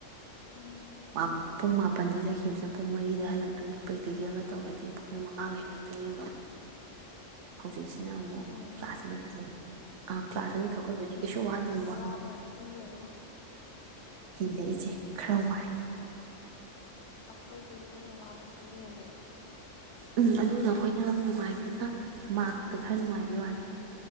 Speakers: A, on the left; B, on the right.
A: ꯎꯝ
B: ꯃꯥꯄꯨꯡ ꯃꯥ ꯄꯟꯗꯩ ꯆꯠꯈꯤꯕꯁꯦ ꯄꯨꯡ ꯃꯔꯤꯗ ꯍꯜꯂꯛꯇꯣꯏꯅꯦ ꯄ꯭ꯔꯦꯛꯇꯤꯀꯦꯜꯒ ꯇꯧꯔꯗꯤ ꯄꯨꯡ ꯃꯉꯥꯒ ꯍꯜꯂꯛꯇꯣꯏꯅꯦꯕ ꯍꯧꯖꯤꯛꯁꯦ ꯁꯤꯅ ꯑꯃꯨꯛ
A: ꯍꯣꯏꯅꯦ ꯑꯗꯨꯕꯨꯗꯤ
B: ꯀ꯭ꯂꯥꯁ ꯑꯅꯤ ꯑ ꯀ꯭ꯂꯥꯁ ꯑꯅꯤꯈꯛ ꯑꯣꯏꯕꯅꯦ
A: ꯑꯗ ꯅꯣꯏ
B: ꯀꯩꯁꯨ
A: ꯁꯥꯏꯟꯁꯅꯋꯥꯕ
B: ꯋꯥꯗꯦꯕ ꯋꯥ
A: ꯌꯥꯝ ꯊꯤꯅ ꯍꯦꯜꯂꯦꯉꯣ
B: ꯂꯩꯏꯁꯦ ꯈꯔ ꯋꯥꯏ
A: ꯑꯩꯈꯣꯏꯗꯒꯤ ꯅꯣꯏꯅ ꯋꯥꯕ ꯊꯤꯅꯍꯦꯜꯂꯦꯕ
B: ꯎꯝ ꯑꯗꯨꯅ ꯑꯩꯈꯣꯏꯅ ꯅꯨꯡꯉꯥꯏꯕꯅ ꯃꯔꯛꯇ ꯈꯔ ꯅꯨꯡꯉꯥꯏꯕꯩ ꯋꯥꯅꯤ